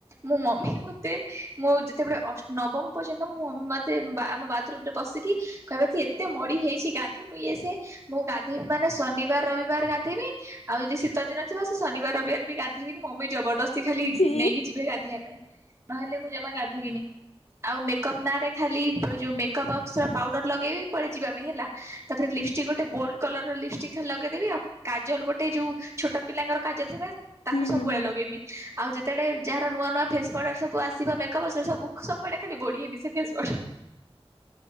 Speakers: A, on the right (about 25°); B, on the left (about 85°).
A: ମୁଁ ମମି ମୋତେ ମୁଁ ଯେତେବେଳେ ଅଷ୍ଟ ନବମ ପର୍ଯ୍ୟନ୍ତ ମୁଁ ମମି ମୋତେ ଆମ ବାଥରୁମରେ ପଶିକି କହିବ ଏତେ ମଡି ହେଇଚି ଗାଧୁନୁ ଇ ସେ ମୁଁ ଗାଧେଇବି ମାନେ ଶନିବାର ରବିବାର ଗାଧେଇବି। ଆଉ ଯଦି ଶୀତଦିନ ଥିବ ସେ ଶନିବାର ରବିବାର ବି ଗାଧେଇବି ମମି ଜବରଦସ୍--' ସେ ଖାଲି
B: ଛି
A: ନେଇକି ଯିବେ ଗାଧେଇବା ପାଇଁ ନହେଲେ ମୁଁ ଜମା ଗାଧେଇବିନି। ଆଉ ମେକପ୍ ନାଁ ରେ ଖାଲି ଯୋଉ ମେକପ୍ ବକ୍ସ ର ପାଉଡର ଲଗେଇବି। ପରେ ଯିବା ପାଇଁ ହେଲା ତାପରେ
B: ହୁଁ
A: ଲିପଷ୍ଟିକ୍ଟେ ଗୋଟେ ବୋଲଡ କଲର ଲିପଷ୍ଟିକ ଲଗେଇଦେବି ଆଉ କାଜଲ ଗୋଟେ ଯୋଉ ଛୋଟ ପିଲାଙ୍କର କାଜଲ ଥିବ ତାକୁ
B: ହୁଁ
A: ସବୁବେଳେ
B: ହୁଁ
A: ଲଗେଇବି। ଆଉ ଯେତେବେଳେ ଯାହାର ନୂଆ ନୂଆ ଫେସ ପ୍ରଡ ସବୁ ଆସିବା ମେକପ୍ ସବୁ ସବୁଆଡେ ଖାଲି ବଳିହେମି ସେ କେ ଅ